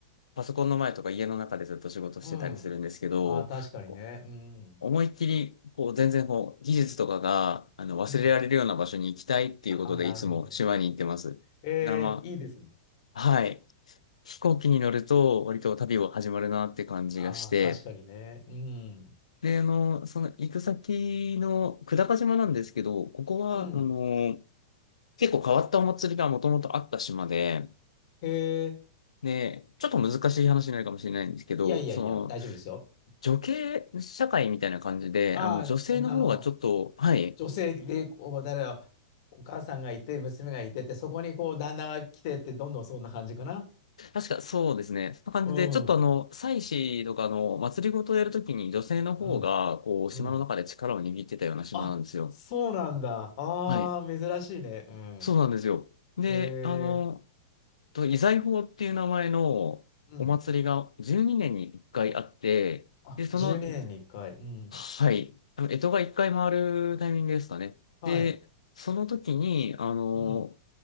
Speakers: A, on the left; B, on the left.
A: パソコンの前とか家の中でずっと仕事してたりするんですけど、
B: うん。あー、確かにね。
A: こう
B: うん。
A: 思いっきり、こう、全然こう、技術とかが、あの、忘れられるような場所に行きたいっていうことで、
B: うん。あー、なるほど。
A: いつも島に行ってます。
B: えーいいですね。
A: だからまあ、はい。飛行機に乗ると、割と旅を始まるなって感じがして、
B: ああ、確かにね。うん。
A: で、あの、その行く先の久高島なんですけど、ここは、
B: うん。
A: あの、結構変わったお祭りがもともとあった島で、
B: へえ、
A: で、ちょっと難しい話になるかもしれないんですけど、
B: いやいやいや、
A: その、
B: 大丈夫ですよ。
A: 女系社会みたいな感じで、
B: ああ、
A: あの、女性の方がちょっと、
B: あの、
A: はい、
B: 女性で、こう、誰だ、お母さんがいて、娘がいてって、そこにこう、旦那が来てって、どんどんそんな感じかな。
A: 確かそうですね、そんな感じで、
B: うん、
A: ちょっとあの、祭祀とかあの祭りごとをやるときに女性の方が、
B: うん、
A: こう、
B: うん。
A: 島の中で力を握ってたような島なんですよ。
B: あ、そうなんだ。ああ、
A: はい、
B: 珍しいね。うん。
A: そうなんですよ。で、
B: ええ、
A: あの、と、遺財法っていう名前のお祭りが12年に1回あって、
B: うん。あ、
A: で、その、
B: 12年に1回。うん。
A: はい、あの、干支が1回回るタイミングですかね。
B: はい。
A: で、その時に、あの、
B: うん、